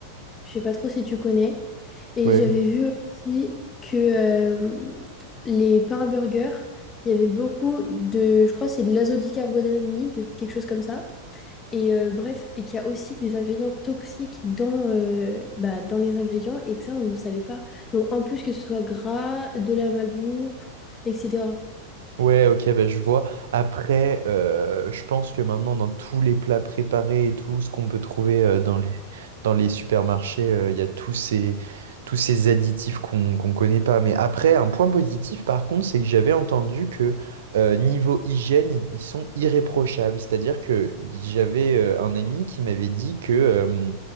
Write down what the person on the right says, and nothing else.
Ouais,
Ouais, ok, bah, je vois. Après, euh, je pense que maintenant, dans tous les plats préparés et tout, ce qu'on peut trouver euh, dans les, dans les supermarchés, euh, il y a tous ces, tous ces additifs qu'on qu'on connaît pas. Mais après, un point positif, par contre, c'est que j'avais entendu que euh, niveau hygiène, ils, ils sont irréprochables. C'est-à-dire que j'avais euh, un ami qui m'avait dit que euh,